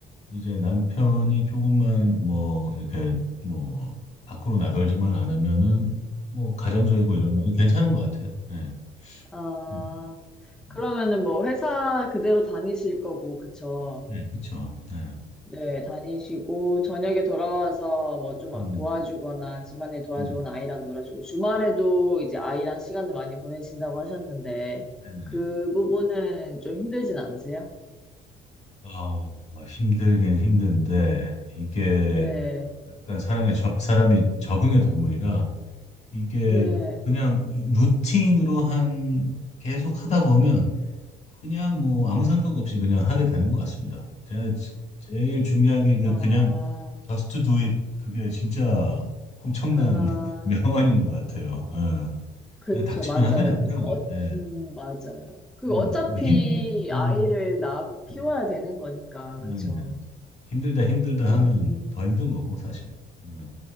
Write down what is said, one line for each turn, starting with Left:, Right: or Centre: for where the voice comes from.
Left: 이제 남편이 조금만 뭐 이렇게 뭐 밖으로 나돌지만 않으면은 뭐 가정적이고 이러면 괜찮은 것 같아요. 네.
Centre: 아,
Left: 음, 음.
Centre: 그러면은 뭐 회사 그대로 다니실 거고, 그쵸?
Left: 네, 그쵸. 네.
Centre: 네, 다니시고, 저녁에 돌아와서 뭐 좀
Left: 음,
Centre: 도와주거나, 집안일 도와주거나,
Left: 음,
Centre: 아이랑 놀아주고, 주말에도 이제 아이랑 시간을 많이 보내신다고 하셨는데,
Left: 네네네.
Centre: 그 부분은 좀 힘들진 않으세요?
Left: 어, 뭐 힘들긴 힘든데, 이게
Centre: 네,
Left: 약간 사람의 저, 사람이 적응의 동물이라, 이게
Centre: 네.
Left: 그냥 루틴으로 한, 계속 하다 보면, 그냥 뭐 아무 생각 없이 그냥 하게 되는 것 같습니다. 제가 지- 제일 중요한 게 그냥,
Centre: 아,
Left: 그냥 just do it. 그게 진짜 엄청난
Centre: 아,
Left: <laughs> 명언인 것 같아요. 어,
Centre: 그쵸.
Left: 그냥 닥치면
Centre: 맞아요,
Left: 하게 되더라고요.
Centre: 맞아요. 어,
Left: 네.
Centre: 음, 맞아요. 그리고
Left: 음,
Centre: 어차피
Left: 뭐 힘,
Centre: 아이를
Left: 음.
Centre: 낳고 키워야
Left: 음.
Centre: 되는 거니까,
Left: 네네.
Centre: 그쵸.
Left: 힘들다 힘들다
Centre: 음,
Left: 하면 더 힘든 거고 사실. 어,